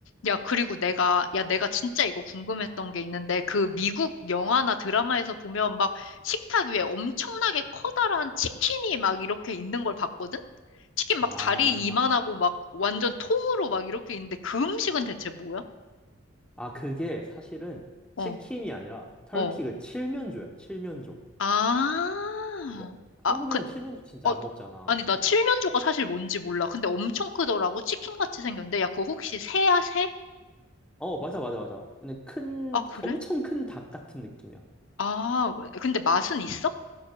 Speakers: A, on the left; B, in the centre.
A: 야, 그리고 내가, 야, 내가 진짜 이거 궁금했던 게 있는데, 그 미국 영화나 드라마에서 보면 막 식탁 위에 엄청나게 커다란 치킨이 막 이렇게 있는 걸 봤거든? 치킨
B: 아,
A: 막 다리 이만하고 막 완전 통으로 막 이렇게 있는데, 그 음식은 대체 뭐야?
B: 아 그게 사실은
A: 어,
B: 치킨이 아니라 터키
A: 어.
B: 그 칠면조야. 칠면조.
A: 아,
B: 야,
A: 아,
B: 한국에선
A: 그,
B: 칠면조 진짜
A: 어,
B: 안 먹잖아.
A: 아니, 나 칠면조가 사실 뭔지 몰라. 근데 엄청 크더라고. 치킨같이 생겼는데. 야, 그거 혹시 새야, 새?
B: 어, 맞아, 맞아, 맞아. 그냥 큰,
A: 아, 그래?
B: 엄청 큰 닭 같은 느낌이야.
A: 아, 근데 맛은 있어?